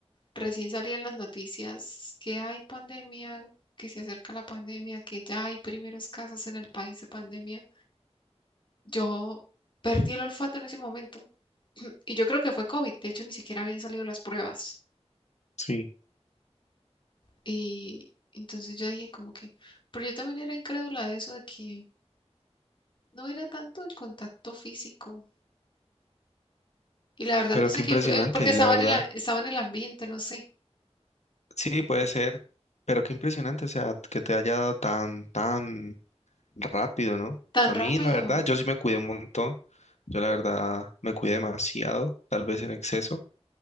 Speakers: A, on the left (about 45°); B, on the left (about 80°).
A: recién salí en las noticias que hay pandemia, que se acerca la pandemia, que ya hay primeros casos en el país de pandemia. Yo perdí el olfato en ese momento, <clears throat> y yo creo que fue COVID, de hecho ni siquiera habían salido las pruebas.
B: Sí.
A: Y entonces yo dije como que, pero yo también era incrédula de eso, de que no era tanto el contacto físico. Y la verdad
B: Pero
A: no sé
B: qué
A: qué,
B: impresionante,
A: impl- eh, porque estaba
B: la verdad.
A: en el, a- estaba en el ambiente, no sé,
B: Sí, puede ser, pero qué impresionante, o sea, que te haya dado tan, tan rápido, ¿no?
A: tan
B: A
A: rápido.
B: mí, la verdad, yo sí me cuidé un montón. Yo, la verdad, me cuidé demasiado, tal vez en exceso.